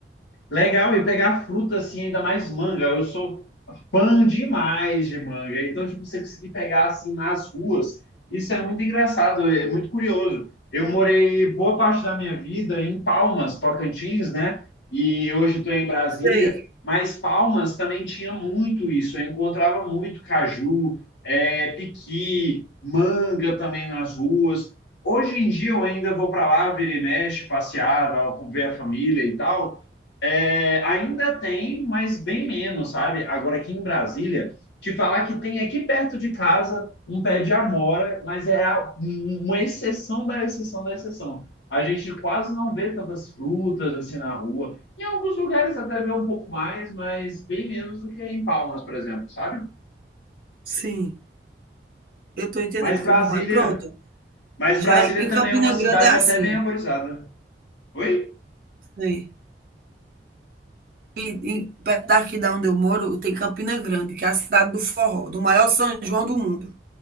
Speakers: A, on the left; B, on the right.
A: Legal, e pegar fruta assim, ainda mais manga. Eu sou fã demais de manga. Então, tipo, você conseguir pegar assim nas ruas, isso é muito engraçado, é muito curioso. Eu morei boa parte da minha vida em Palmas, Tocantins, né? E hoje estou em Brasília,
B: Sei,
A: mas Palmas também tinha muito isso. Eu encontrava muito caju, é, piqui, manga também nas ruas. Hoje em dia eu ainda vou para lá, vira e mexe, passear, vou ver a família e tal. É, ainda tem, mas bem menos, sabe? Agora aqui em Brasília, te falar que tem aqui perto de casa um pé de amora, mas é a- uma exceção da exceção da exceção. A gente quase não vê tantas frutas assim na rua. Em alguns lugares até vê um pouco mais, mas bem menos do que em Palmas, por exemplo, sabe?
B: sim, eu estou entendendo
A: Mas Brasília,
B: como é. Pronto,
A: mas
B: já
A: Brasília
B: em
A: também
B: Campina
A: é uma cidade
B: Grande é assim,
A: até bem arborizada. Oi?
B: sei. E e perto daqui da onde eu moro, tem Campina Grande, que é a cidade do forró, do maior São João do mundo.